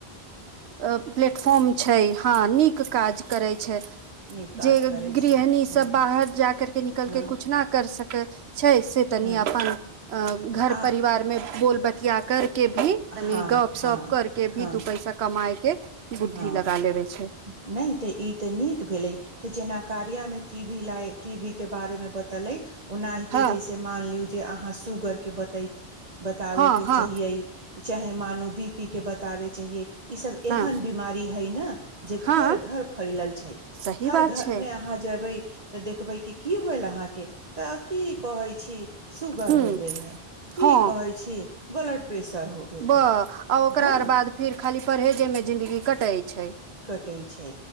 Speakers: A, on the right; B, on the right.
A: आप्लेटफॉर्म छै हँ नीक काज करैत छै
B: नीक काज
A: जे
B: करै
A: गृहणी
B: छै हँ
A: सब बाहर जा करके निकल कुछ
B: हँ
A: न कर स छै से तनी
B: हँ
A: आपन घर
B: आ
A: परिवार मे बोल बतिया करके भी तनि
B: हँ
A: गप
B: हँ
A: सप कर के भी
B: हँ
A: दू पैसा कमााय के बुद्धि
B: हँ
A: लगा लेबे छै
B: नहि त‌ ई त नीक भेलै त जेना कारिया मे टी वी ला टी वी के बारे मे बतले ओनाहिते
A: हँ
B: जैसे से मान लियो जे अहाँ सुगर के बता बताबे
A: हँ
B: के
A: हँ
B: चाहियै चाहे मानू बी पी के बताबै चाहिेऐ ई सब
A: हँ
B: एहन बीमारी है न जे घर
A: हँ
B: घर फैलल छै
A: सही
B: हर
A: बात
B: घर
A: छै
B: मे अहाँ जेबै तऽ देखबै कि की होयल अहाँके तऽ की कहै छी सुगर
A: हू
B: हो गेल हे की
A: हँ
B: कहै छी ब्लड प्रेशर हो गेल
A: ब
B: है
A: आ ओकरा
B: हँ
A: आर बाद फिर खाली परहेजेमे जिन्दगी कटै छै
B: कटै छै